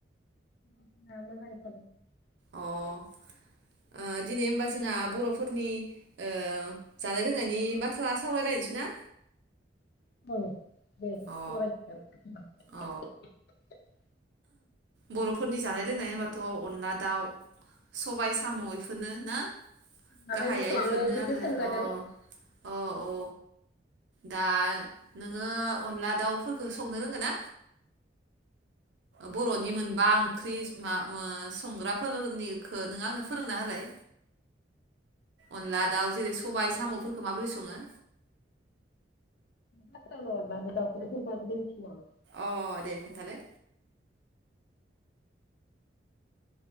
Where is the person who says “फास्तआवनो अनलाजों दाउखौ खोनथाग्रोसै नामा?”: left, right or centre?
Left